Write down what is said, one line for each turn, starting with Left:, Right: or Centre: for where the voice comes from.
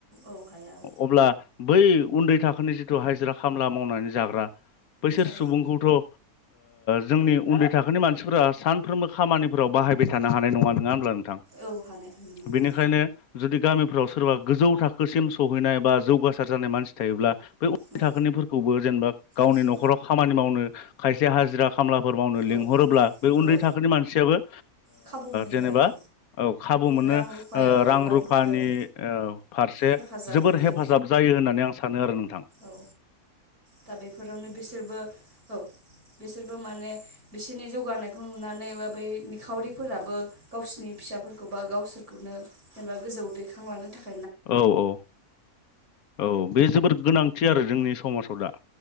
Right: औ हाया औ
Left: अब्ला बै उन्दै थाखोनि जिथु हाजिरा खामला मावनानै जाग्रा बैसोर
Right: औ।
Left: सुबुंखौथ' ओ जोंनि उन्दै थाखोनि मानसिफोरा सानफ्रोमबो खामानिफोराव बाहायबाय थानो हानाय नङा नोङा होनब्ला थां
Right: औ हानाय हानाय नङा
Left: बेनोखायनो जुदि गामिफ्राव सोरबा गोजौ थाखोसिम सौहैनाय बा जौगासार जानाय मानसि थायोब्ला बै उ
Right: औ
Left: थाखोनिफोरखौबो जेनेबा गावनि
Right: एसे
Left: न'खराव खामानि मावनो खायसे हाजिरा खामलाफोर मावनो
Right: औ
Left: लिंहरोब्ला बे उन्दै
Right: औ
Left: थाखोनि मानसियाबो ओ
Right: खाबु मोनो
Left: जेनेबा
Right: आरो
Left: औ खाबु मोनो
Right: औ रां रुफायाव
Left: ओ
Right: औ
Left: रां रुफानि
Right: रुफायाव
Left: ओ फारसे
Right: हेफाजाब
Left: जोबोर
Right: मोनो
Left: हेफाजाब जाय यो होननानै आं सान थां
Right: औ। दा बेफोरावनो बिसोरबो औ बिसोरबो माने बिसिनि जौ जौगानायखौ नुनानै बा बै निखावरिफोराबो गावसिनि फिसाफोरखौ बा गावसोरखौनो <unintelligible> गोजौ दैखांलांनो थाख
Left: औ औ औ बे जोबोर गोनांथि आरो जोंनि समाजाव दा